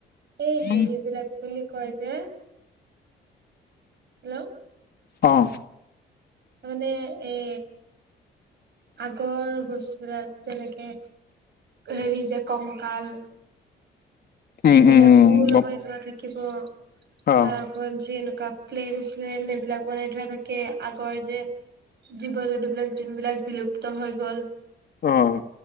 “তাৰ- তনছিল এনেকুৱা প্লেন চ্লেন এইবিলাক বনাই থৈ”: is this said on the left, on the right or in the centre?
Right